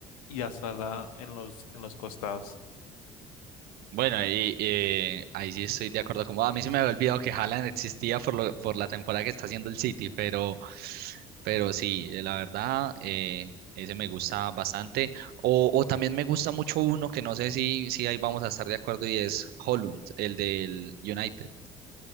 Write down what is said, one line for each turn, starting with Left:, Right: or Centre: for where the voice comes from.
Left: y a Salah en los, en los costados.
Right: Bueno, y eh, ahí sí estoy de acuerdo. Como a mí se me había olvidado que Haaland existía por lo, por la temporada que está haciendo el City, pero, pero sí, eh, la verdad, eh, ese me gusta bastante. O, o también me gusta mucho uno que no sé si, si ahí vamos a estar de acuerdo y es Holland, el del United.